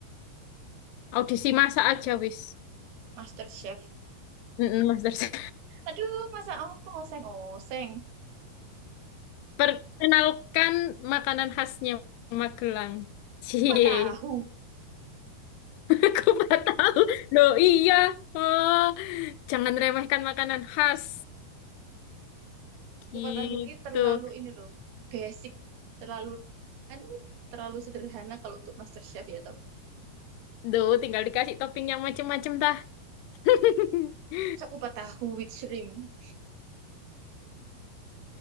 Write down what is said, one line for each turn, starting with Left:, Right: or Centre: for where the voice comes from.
Left: Audisi masa aja wis.
Right: Master Chef.
Left: Mm-mm, Master.
Right: Aduh, masa apa oseng oseng?
Left: Perkenalkan makanan khasnya Magelang. Cie,
Right: Kupat tahu,
Left: <laughs> aku nggak tahu. Loh iya, oh, jangan remehkan makanan khas.
Right: kupat
Left: Gitu.
Right: tahu ini terlalu ini loh, basic, terlalu, aduh, terlalu sederhana kalau untuk Master Chef ya toh.
Left: Duh, tinggal dikasih topping yang macem-macem tah. <laughs>
Right: Masa kupat tahu with shrimp.